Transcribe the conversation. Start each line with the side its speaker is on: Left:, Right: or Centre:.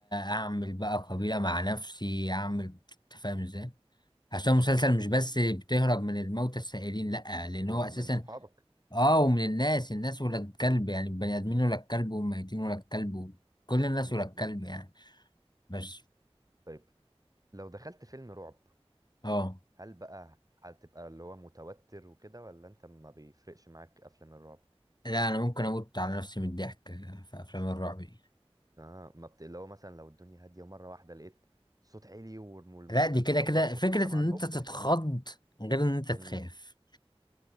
Left: اعمل بقى قبيلة مع نفسي اعمل انت فاهم ازاي عشان المسلسل
Right: اكيد
Left: مش بس بتهرب من الموتى السائرين لا لان
Right: ومن
Left: هو اساسا
Right: صحابك
Left: اه ومن الناس الناس ولا الكلب يعني البني ادمين ولا الكلب والميتين ولا الكلب كل الناس
Right: م-
Left: ولا الكلب
Right: م.
Left: يعني بس
Right: طيب لو دخلت فيلم رعب
Left: اه
Right: هل بقى هتبقى اللي هو متوتر وكده ولا انت ما بيفرقش معاك افلام الرعب
Left: لا انا ممكن اموت على نفسي من الضحك في افلام الرعب دي
Right: اه ما بت... اللي هو مثلا لو الدنيا هاديه ومره واحده لقيت صوت عالي والمخرج
Left: لا دي كده
Right: خضك
Left: كده
Right: وانت
Left: فكرة
Right: طبعا
Left: ان
Right: مخرج
Left: انت تتخض
Right: يعني
Left: غير ان انت تخاف
Right: امم